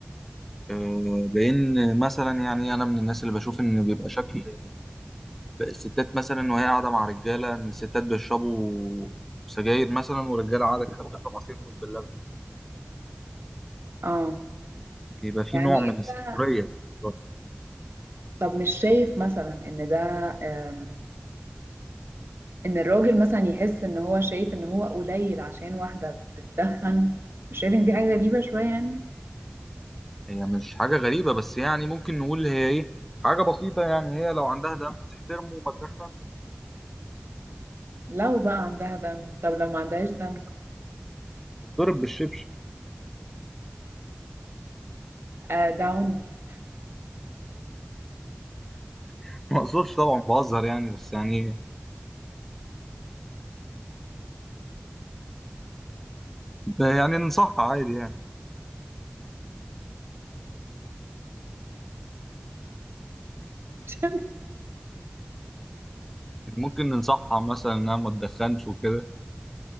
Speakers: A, in the centre; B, on the right (about 80°).
A: آه، لان مثلا يعني انا من الناس اللي بشوف ان بيبقى شكل الستات مثلا وهي قاعده مع رجاله ان الستات بيشربوا سجاير مثلا ورجاله قاعده كده بتشرب عصير موز باللبن
B: اه
A: بيبقى في
B: يعني
A: نوع من
B: انت
A: السخريه شوية.
B: طب مش شايف مثلا ان ده آم، ان الراجل مثلا يحس ان هو شايف ان هو قليل عشان واحده بتدخن مش شايف ان دي حاجه غريبه شويه يعني
A: هي مش حاجه غريبه بس يعني ممكن نقول هي ايه حاجه بسيطه يعني هي لو عندها دم تحترمه وما تدخلش
B: لو بقى عندها دم طب لو ما عندهاش دم
A: تتضرب بالشبشب
B: آه ده عنف
A: <laughs> ما اقصدش طبعا بهزر يعني بس يعني يعني ننصحها عادي يعني
B: <laughs>
A: ممكن ننصحها مثلا انها ما تدخنش وكده